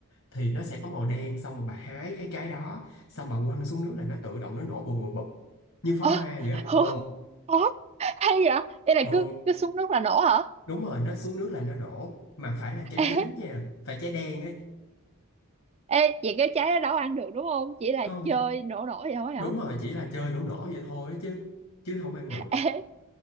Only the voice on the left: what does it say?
thì nó sẽ có màu đen xong rồi bà hái cái trái đó xong bà quăng xuống nước là nó tự động nó nổ bụp bụp bụp như pháo
hoa vậy á ờ
ờ
đúng rồi nó xuống nước là nó nổ mà phải là trái
chín nha phải trái đen ấy
không
đúng rồi chỉ là chơi nổ nổ vậy thôi chứ chứ không ăn được